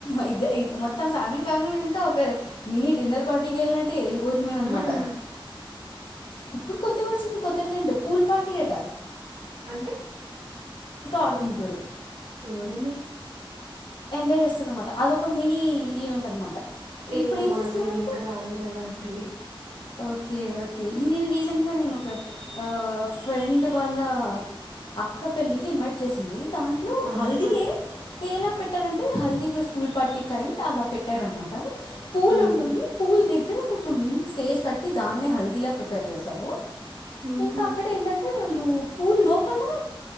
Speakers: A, on the left (about 60°); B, on the right (about 85°).
A: <inaudible> మొత్తం ఫ్యామిలీ ఫ్యామిలీ అంతా ఒక మినీ డిన్నర్ పార్టీకి వెళ్ళినట్ తేలిపోతున్నార అనమాట
B: ఉమ్
A: ఇప్పుడు కొత్తగా వచ్చింది కొత్త ట్రెండ్ పూల్ పాటీయట
B: అంటే
A: ఆడుకుంటారు
B: ఊరేని
A: ఎంజాయ్ చేస్తార అనమాట అదొక మినీ ఈవెంట్ అనమాట
B: ఏమో
A: ఇప్పుడు ఏం
B: మా
A: చేస్తున్నారంటే
B: సైడ్ ఇంకా రాలేదు అలాంటివి
A: ఓకే ఓకే ఇేను రీసెంట్గా నేను ఒక ఫ్రెండ్ వాళ్ళ అక్క పెళ్ళికి ఇన్వైట్ చేసింది దాంట్లో
B: ఆహా
A: హల్దీయే ఏలా పెట్టి అంటే హల్ీ ఇ స్కూల్ పార్టీకి అం అలా పెట్ పెట్టేారు అన్నమాట పూలు
B: ఉహు
A: ఉంటుంది పూలు దగగ కుంచ చమ్ినని స్టేజ కట్టి దాే హల్దీలో పేర్ చేసారు
B: ఉహు
A: ఇంకా అక్కడ ఏంటంటే వాళ్ళు పూ లోపల